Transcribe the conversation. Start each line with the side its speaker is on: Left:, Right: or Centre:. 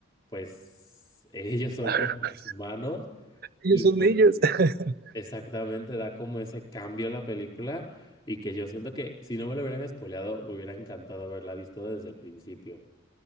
Left: pues, <laughs> ellos son
Right: <laughs>
Left: como los humanos
Right: Ellos
Left: y
Right: son
Left: pues
Right: niños. <laughs>
Left: exactamente da como ese cambio a la película y que yo siento que si no me lo hubieran spoileado, me hubiera encantado haberla visto desde el principio.